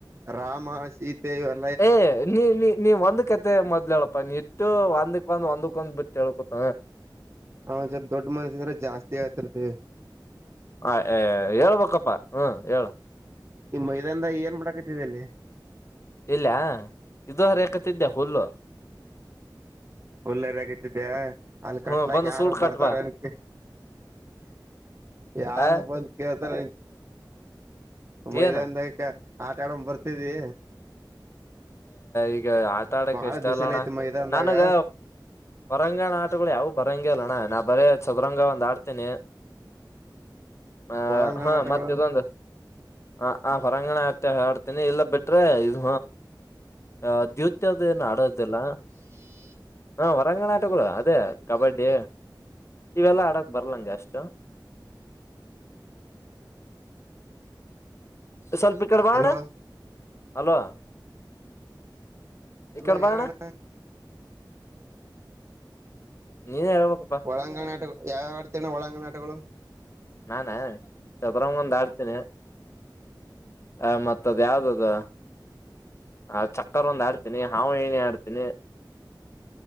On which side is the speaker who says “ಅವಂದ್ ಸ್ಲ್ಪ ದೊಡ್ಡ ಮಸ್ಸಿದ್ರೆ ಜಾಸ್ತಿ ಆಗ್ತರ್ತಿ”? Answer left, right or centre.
Right